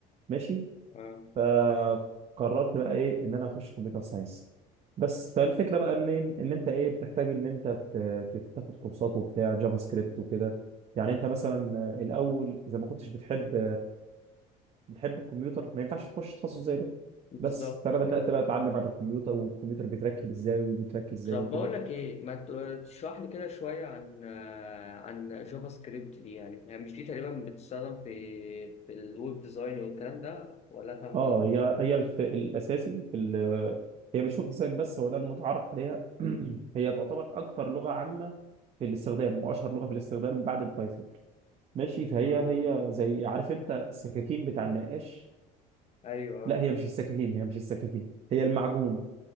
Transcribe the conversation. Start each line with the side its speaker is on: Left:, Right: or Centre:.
Right: ماشي
Left: اه
Right: فقررت بقى ايه ان انا اخش كمبيوتر ساينس بس فالفكره بقى ان ان انت ايه بتحتاج ان انت ت- ت- تاخد كورسات وبتاع جافا سكريبت وكده يعني انت مثلا الاول اذا ما كنتش بتحب بتحب الكمبيوتر ما ينفعش تخش تخصص زي ده
Left: بالظبط
Right: بس فانا بدات بقى اتعلم عن الكمبيوتر والكمبيوتر بيتركب ازاي وبيتركب ازاي
Left: طب
Right: وكده
Left: بقول لك ايه ما ت- تشرح لي كده شويه عن آه، عن جافا سكريبت دي يعني يعني مش دي تقريبا بتستخدم في في الويب ديزاين والكلام ده ولا أنا فاهم
Right: اه
Left: غلط
Right: هي هي الف... الاساسي في ال... هي مش ويب ديزاين بس هو ده المتعارف عليها <clears throat> هي تعتبر اكتر لغه عامه في الاستخدام واشهر لغه في الاستخدام بعد البايثون ماشي فهي
Left: اه
Right: هي زي عارف انت السكاكين بتاع النقاش
Left: ايوه
Right: لا هي مش السكاكين هي مش السكاكين هي المعجون